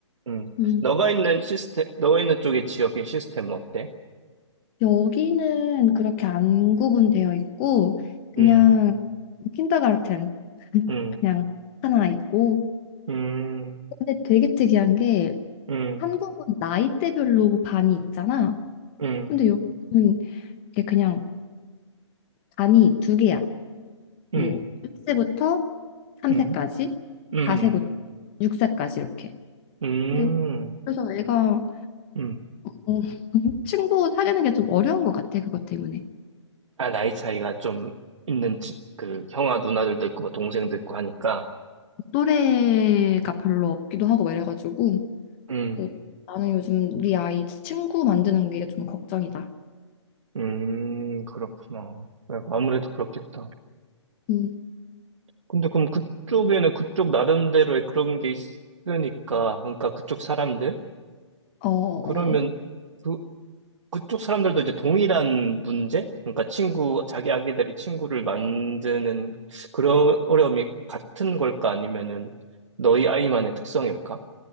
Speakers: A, on the right; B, on the left.
A: 음.
B: 음.
A: 너가 있는 시스템, 너가 있는 쪽의 지역의 시스템은 어때?
B: 여기는 그렇게 안 구분되어 있고, 그냥
A: 음,
B: 킨더가르텐, <laughs>
A: 음,
B: 그냥 하나 있고.
A: 음,
B: 근데 되게 특이한 게,
A: 음,
B: 한국은 나이대별로 반이 있잖아.
A: 음,
B: 근데 여기는 이게 그냥 반이 두 개야. 뭐
A: 음,
B: 1세부터 3세까지,
A: 음, 음,
B: 4세부터 6세까지 이렇게.
A: 음,
B: 근데 그래서 애가
A: 음.
B: 어, <laughs> 친구 사귀는 게 좀 어려운 것 같아, 그것 때문에.
A: 아, 나이 차이가 좀 있는, 지- 그, 형아 누나들도 있고, 뭐 동생도 있고 하니까.
B: 또래가 별로 없기도 하고 막 이래가지고.
A: 음,
B: 그래서 나는 요즘 우리 아이 친구 만드는 게 좀 걱정이다.
A: 음, 그렇구나. 야, 아무래도 그렇겠다.
B: 음,
A: 근데 그럼 그쪽에는 그쪽 나름대로의 그런 게 있으니까, 그러니까 그쪽 사람들?
B: 어, 어.
A: 그러면,
B: 어.
A: 그, 그쪽 사람들도 이제 동일한 문제? 그러니까 친구, 자기 아기들이 친구를 만드는 그런 어려움이 같은 걸까? 아니면은 너희 아이만의 특성일까?